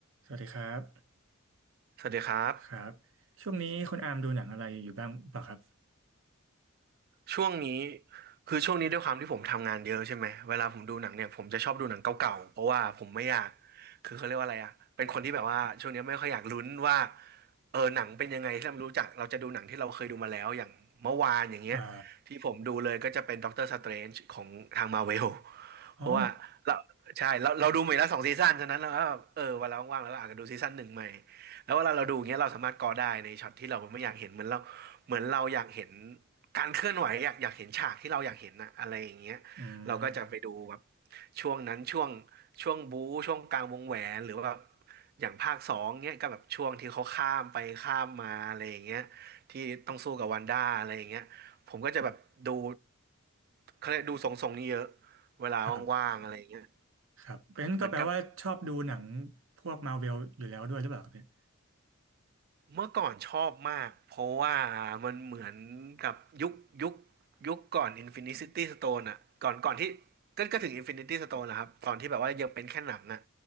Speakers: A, on the right; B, on the right.
A: สวัสดีครับ
B: สวัสดีครับ
A: ครับช่วงนี้คุณอามดูหนังอะไรอยู่บ้างเปล่าครับ
B: ช่วงนี้คือช่วงนี้ด้วยความที่ผมทำงานเยอะใช่ไหมเวลาผมดูหนังเนี่ยผมจะชอบดูหนังเก่าๆเพราะว่าผมไม่อยากคือเขาเรียกว่าอะไรอะเป็นคนที่แบบว่าช่วงนี้ไม่ค่อยอยากลุ้นว่าเออหนังเป็นยังไงที่เราไม่รู้จักเราจะดูหนังที่เราเคยดูมาแล้วอย่างเมื่อวานอย่างเงี้ยที่ผมดูเลยก็จะเป็นด็อกเตอร์สเตรนจ์ของทางมาเวล
A: อ่าอ๋อ
B: เพราะว่าเราใช่เราเราดูมาแล้วสองซีซั่นฉะนั้นเราก็เออเวันเราว่างๆแล้วเราอาจจะดูซีซั่นหนึ่งใหม่แล้วเวลาเราดูอย่างเงี้ยเราสามารถกอได้ในช็อตที่เราไม่อยากเห็นเหมือนเราเหมือนเราอยากเห็นการเคลื่อนไหวอยากอยากเห็นฉากที่เราอยากเห็นนะอะไรอย่างเงี้ย
A: อืม
B: เราก็จะไปดูแบบช่วงนั้นช่วงช่วงบู๊ช่วงกลางวงแหวนหรือว่าแบบอย่างภาคสองเงี้ยก็แบบช่วงที่เขาข้ามไปข้ามมาอะไรอย่างเงี้ยที่ต้องสู้กับวันด้าอะไรอย่างเงี้ยผมก็จะแบบดู เขาเลยกดูทรงๆนี้เยอะเวลาว่างๆอะไรเงี้ย
A: ครับครับเป็นก็แปลว่าชอบดูหนัง
B: เหมือนกับ
A: พวกมาร v เวลอยู่แล้วด้วยหรือเปล่าครับเนี่ย
B: เมื่อก่อนชอบมากเพราะว่ามันเหมือนกับยุคยุคยุคก่อน Infinity Stone อะก่อนก่อนที่ก็ก็ถึง Infinity Stone นะครับตอนที่แบบว่ายังเป็นแค่หนังอะ